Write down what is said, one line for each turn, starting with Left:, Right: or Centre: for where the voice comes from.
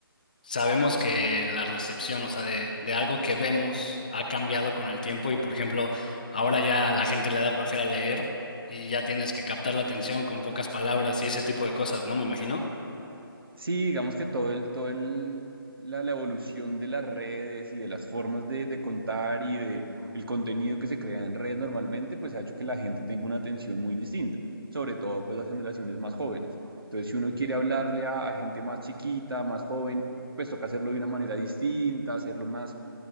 Left: sabemos que la recepción, o sea, de, de algo que vemos ha cambiado con el tiempo y, por ejemplo, ahora ya a la gente le da flojera leer y ya tienes que captar la atención con pocas palabras y ese tipo de cosas, ¿no? Me imagino.
Right: Sí, digamos que todo el, todo el, la, la evolución de las redes y de las formas de, de contar y de el contenido que se crea en red normalmente, pues ha hecho que la gente tenga una atención muy distinta, sobre todo pues las generaciones más jóvenes. Entonces, si uno quiere hablarle a, a gente más chiquita, más joven, pues toca hacerlo de una manera distinta, hacerlo más